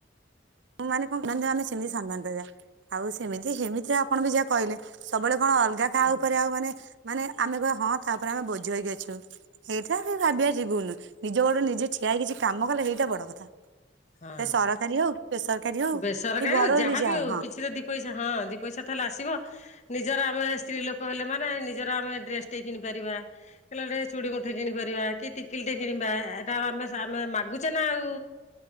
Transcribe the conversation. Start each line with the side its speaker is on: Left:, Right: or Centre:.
Right: ଉଁ ମାନେ କଣ ମାନେ ଆମେ ସେମିତି ସମ୍ମାନ ପାଇବା। ଆଉ ସେମିତି ହେମିତିରେ ଆପଣ ବି ଯାହା କହିଲେ ସବୁବେଳେ କଣ ଅଲଗା କାହା
Left: ହୁଁ।
Right: ଉପରେ ଆଉ ମାନେ ମାନେ ଆମେ କହିବା ହଁ ତା ଉପରେ ଆମେ ବୋଝ ହେଇକି ଅଛୁ। ହେଇଟା ବି ଭାବିଆ ଯିବୁନୁ ନିଜ ଗୋଡରେ ନିଜେ ଠିଆ ହେଇ କିଛି କାମ କଲେ ହେଇଟା ବଡ କଥା।
Left: ହଁ
Right: ସେ ସରକାରୀ ହଉ କି ବେସରକାରୀ ହଉ।
Left: ବେସରକାରୀ
Right: କି ଘରୋଇ
Left: ହଉ ଯାହାବି
Right: ବି ଯାହା
Left: ହଉ କିଛି ତ ଦି ପଇସା ହଁ ଦି ପଇସା ତ ହେଲେ ଆସିବ। ନିଜର ଆମେ ସ୍ତ୍ରୀ ଲୋକ ହେଲେ ମାନେ ନିଜର ଆମେ ଡ୍ରେସ ଟେ କିଣି ପାରିବା। କିଲ ଟେ ଚୁଡି ମୁଠେ କିଣିପାରିବା କି ଟିକିଲି ଟେ କିଣିବା ଏଇଟା ଆଉ ଆମେ ସା ଆମେ ମାଗୁଚେ ନା ଆଉ।